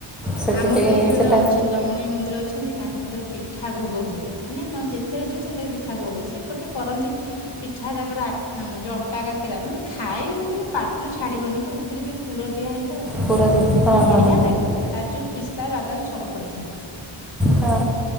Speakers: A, in the centre; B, on the left.
A: ସେଥିପାଇଁ
B: ଆମର ତ ଏଠି ଜଣେ
A: ସେଟା
B: ଅଛନ୍ତି। ଡ଼ମଣୀ ମନ୍ଦିର ଅଛନ୍ତି ତାଙ୍କ ପାଖରେ ପିଠା ଭୋଗ ହୁଏ। ମାନେ ତମେ ଯେତ ତେଳେଯିବ ସେତେବେଳେ ପିଠା ଭୋଗ ସେ ଗୋଟେ କରନ୍ତି ପିଠା ତାଙ୍କର ଆ ଯଉଁ ଅଟା କା କାରା ମାନେ ଖାଇବୁନି ଜିନି ପାଟିରୁ ଛାଡିବନି ତା ଭିତରେ ଯୋଉ ପୁର ଦିଆହେଇ ତ
A: ପୁରା ହଁ
B: ବଢିଆ
A: ହଁ ହଁ
B: ଲାଗିବ ପୁରା କାଜୁ, ପିସ୍ତା, ବାଦାମ ସବୁ ପଡିଥିବ।
A: ହଁ